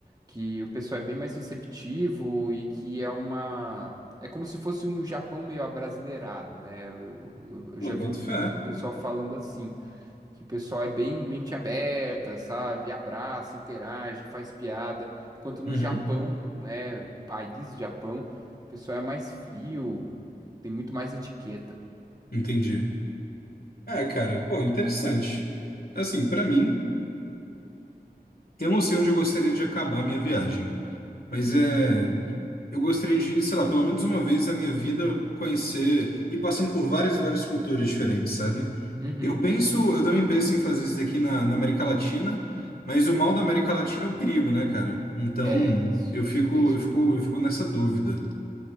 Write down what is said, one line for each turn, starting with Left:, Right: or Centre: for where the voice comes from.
Right: que o pessoal é bem mais receptivo e que é uma é como se fosse um Japão meio abrasileirado, né? Eu, eu- eu
Left: Pô,
Right: já
Left: boto
Right: vi uns
Left: fé.
Right: vídeos do pessoal falando assim, que o pessoal é bem mente aberta, sabe? Abraça, interage, faz piada, enquanto no
Left: Uhum.
Right: Japão, né, país Japão, o pessoal é mais frio, tem muito mais etiqueta.
Left: Entendi. É, cara, pô, interessante. Assim, pra mim, eu não sei onde eu gostaria de acabar a minha viagem, mas
Right: Uhum.
Left: é, eu gostaria de, sei lá, pelo menos uma vez na minha vida conhecer e passando por várias e várias culturas diferentes, sabe?
Right: Uhum.
Left: Eu penso, eu também penso em fazer isso daqui na, na América Latina, mas o mal da América Latina é o perigo, né, cara? Então,
Right: É, isso,
Left: eu fico,
Right: isso é tenso
Left: eu fico,
Right: mesmo.
Left: eu fico nessa dúvida.